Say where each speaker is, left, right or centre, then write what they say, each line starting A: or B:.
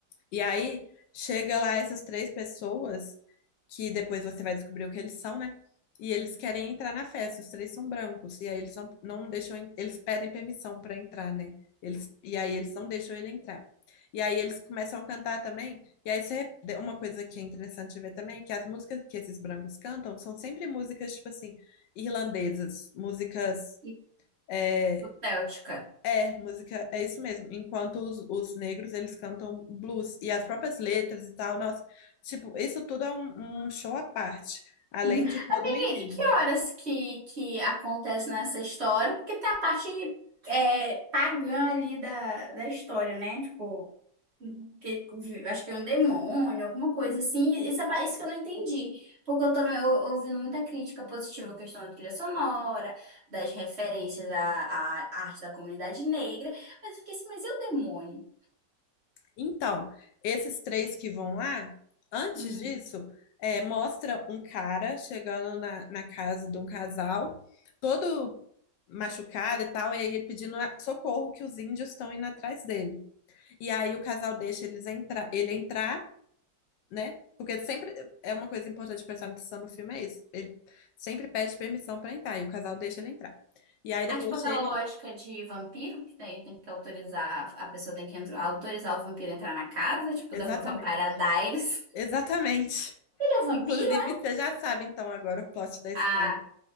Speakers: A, on the left; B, on the right.
A: E aí chega lá essas três pessoas que depois você vai descobrir o que eles são, né? E eles querem entrar na festa, os três são brancos, e aí eles não, não deixam, en- eles pedem permissão para entrar, né? Eles, e aí eles não deixam ele entrar. E aí eles começam a cantar também, e aí você, uma coisa que é interessante ver também é que as músicas que esses brancos cantam são sempre músicas, tipo assim, irlandesas, músicas
B: Isso,
A: é,
B: Céltica.
A: é, música, é isso mesmo. Enquanto os, os negros, eles cantam blues. E as próprias letras e tal, nossa. Tipo, isso tudo é um, um show à parte, além
B: Hum.
A: de todo
B: Amiga,
A: o enredo.
B: e que horas que, que acontece nessa história? Porque tem a parte é, pagã ali da, da história, né? Tipo, que, acho que é um demônio, alguma coisa assim. Isso, é, pa- isso que eu não entendi. Porque eu tô ou- ouvindo muita crítica positiva à questão da trilha sonora, das referências à, à arte da comunidade negra. Mas eu fiquei assim, mas e o demônio?
A: Então, esses três que vão lá, antes
B: Uhum.
A: disso, é, mostra um cara chegando na, na casa de um casal, todo machucado e tal, e aí ele pedindo socorro que os índios estão indo atrás dele. E aí o casal deixa eles entra ele entrar né? Porque sempre é uma coisa importante de prestar atenção no filme, é isso. Ele sempre pede permissão para entrar e o casal deixa ele entrar. E aí
B: Ah,
A: depois
B: tipo aquela
A: chega.
B: lógica de vampiro, que daí tem que autorizar, a pessoa tem que entrar, autorizar o vampiro a entrar na casa, tipo
A: Exatamente.
B: da <laughs> Vampira Diaries.
A: Exatamente.
B: Ele
A: <laughs>
B: é vampiro,
A: Inclusive,
B: é?
A: você já sabe então agora o plot da história.
B: Ah,